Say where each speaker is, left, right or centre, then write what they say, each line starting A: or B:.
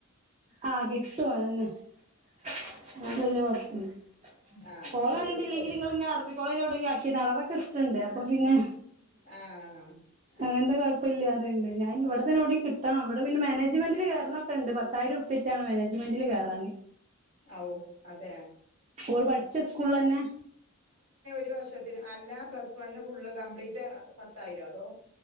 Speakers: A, on the right (about 30°); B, on the right (about 80°).
A: ആ കിട്ടു അഹെന്നെ. <unintelligible>
B: ആ അതുകൊണ്ട്
A: ഓൾ പറയിണ്ട്
B: കിട്ടും
A: ഇല്ലെങ്കിൽ ഇങ്ങൾ ഇന്നേ അറബികോ <unintelligible> ആക്കിയെന്നള അതൊക്കെഷ്ട്ടണ്ട് അപ്പൊ പിന്നെ
B: ആ അത്
A: അങ്ങൻത്തെ
B: ശരി
A: കൊഴപ്പല്ല്യ. <unintelligible> ണ്ട് ഞാൻ ഇഞ്ഞി ഇവടെ തന്നെഒവിടിം കിട്ടണം ഇവടെ പിന്നെ മാനേജ്മെന്റിൽ കെർണഒക്കെണ്ട് പത് പതിയിര ഉർപ്യയെറ്റാണ് മാനേജ്മെന്റിൽ കേറാന്.
B: ഔ അതെ.
A: ഓൾ പഠിച്ച സ്കൂളിലെന്നെ.
B: രു വർഷത്തിന് അല്ല പ്ലസ് വണ്ണ് ഫുള്ള് കംപ്ലീറ്റ് പത്തായിരോ അതോ